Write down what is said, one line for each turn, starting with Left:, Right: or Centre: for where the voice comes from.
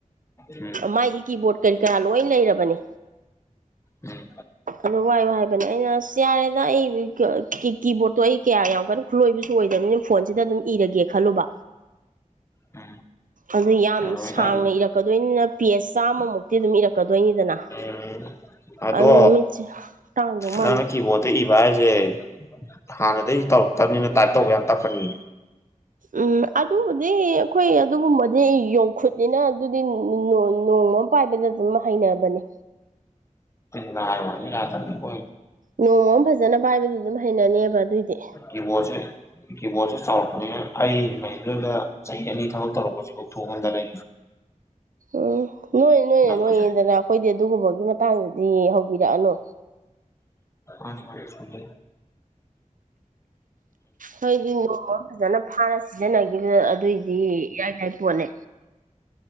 Left: ꯎꯝ
Right: ꯃꯥꯏꯗꯤ ꯀꯤꯕꯣꯔꯗ ꯀꯔꯤ ꯀꯔꯥ ꯂꯣꯏ ꯂꯩꯔꯕꯅꯤ
Left: ꯎꯝ
Right: ꯑꯗꯨ ꯋꯥꯏ ꯋꯥꯏꯕꯅꯦ ꯑꯩꯅ ꯁꯤ ꯌꯥꯔꯦꯗ ꯑꯩ ꯀꯤꯕꯣꯔꯠꯇꯣ ꯑꯩ ꯀꯌꯥ ꯌꯥꯝ ꯀꯟꯅ ꯈꯨꯠꯂꯣꯏꯕꯁꯨ ꯑꯣꯏꯗꯕꯅꯤꯅ ꯐꯣꯟꯁꯤꯗ ꯑꯗꯨꯝ ꯏꯔꯒꯦ ꯈꯜꯂꯨꯕ
Left: ꯎꯝ
Right: ꯑꯗꯨ ꯌꯥꯝ
Left: ꯌꯥꯔꯣꯏ
Right: ꯁꯥꯡꯅ
Left: ꯀꯥꯏꯗꯩ
Right: ꯏꯔꯛꯀꯗꯣꯏꯅꯤꯅ ꯄꯦꯁ ꯆꯥꯝꯃꯃꯨꯛꯇꯤ ꯑꯗꯨꯝ ꯏꯔꯛꯀꯗꯣꯏꯅꯤꯗꯅ
Left: ꯎꯝ ꯑꯗꯣ
Right: ꯑꯗꯨꯅ ꯃꯤꯠꯁꯦ ꯇꯥꯡꯗꯧ ꯃꯥꯟꯕ
Left: ꯅꯪꯅ ꯀꯤꯕꯣꯠꯇ ꯏꯕ ꯍꯥꯏꯁꯦ ꯍꯥꯟꯅꯗꯒꯤ ꯇꯧꯔꯛꯇꯕꯅꯤꯅ ꯇꯥꯏꯞ ꯇꯧꯕ ꯌꯥꯝ ꯇꯛꯄꯅꯤ
Right: ꯎꯝ ꯑꯗꯨꯕꯨꯗꯤ ꯑꯩꯈꯣꯏ ꯑꯗꯨꯒꯨꯝꯕꯗꯤ ꯌꯧꯈꯨꯠꯅꯤꯅ ꯑꯗꯨꯗꯤ ꯅꯣꯡꯃ ꯑꯃ ꯄꯥꯏꯕꯗ ꯑꯗꯨꯝ ꯍꯩꯅꯕꯅꯦ
Left: ꯅꯥ ꯃꯅꯤ ꯌꯥꯗ ꯍꯣ
Right: ꯅꯣꯡꯃꯝ ꯐꯖꯅ ꯄꯥꯏꯕꯗꯨ ꯑꯗꯨꯝ ꯍꯩꯅꯅꯦꯕ ꯑꯗꯨꯑꯣꯏꯗꯤ
Left: ꯀ ꯀꯣꯁꯦ ꯀꯤꯕꯣꯔꯗꯁꯦ ꯆꯥꯎꯔꯛꯄꯅꯤ ꯑꯩ ꯃꯗꯨꯣꯏꯗ ꯆꯍꯤ ꯑꯅꯤ ꯊꯕꯛ ꯇꯧꯔꯛꯄꯁꯤꯐꯥꯎ ꯊꯣꯛꯑꯒꯅꯤ
Right: ꯎꯝ ꯅꯣꯏ ꯅꯣꯏꯅꯦ
Left: ꯅꯝꯕꯁꯦ
Right: ꯅꯣꯏꯅꯦꯗꯅ ꯑꯩꯈꯣꯏꯗꯤ ꯑꯗꯨꯒꯨꯝꯕꯒꯤ ꯃꯇꯥꯡꯗꯗꯤ ꯍꯧꯕꯤꯔꯛꯑꯅꯨ
Left: ꯑ ꯀꯦ
Right: ꯍꯣꯏꯗꯤ ꯐꯖꯅ ꯐꯥꯅ ꯁꯤꯖꯤꯟꯅꯈꯤꯕꯗ ꯑꯗꯨꯏꯗꯤ ꯌꯥꯏ ꯌꯥꯏ ꯄꯣꯠꯅꯦ